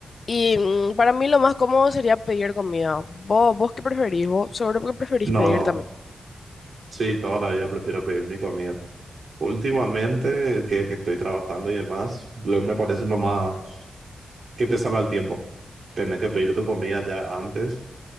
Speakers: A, on the left; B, on the right.
A: Y mm, para mí lo más cómodo sería pedir comida. ¿Vos, vos qué preferís? ¿Vos seguro que preferís
B: No,
A: pedir también?
B: sí, toda todavía prefiero pedir mi comida. Últimamente, que, que estoy trabajando y demás, lo- me parece lo más que te salva el tiempo. Tenés que pedir tu comida ya antes